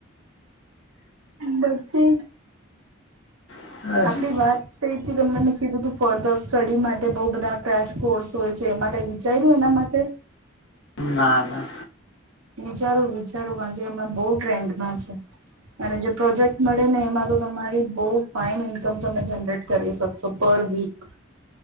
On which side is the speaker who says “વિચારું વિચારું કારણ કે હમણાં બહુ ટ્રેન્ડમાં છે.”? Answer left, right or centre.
Right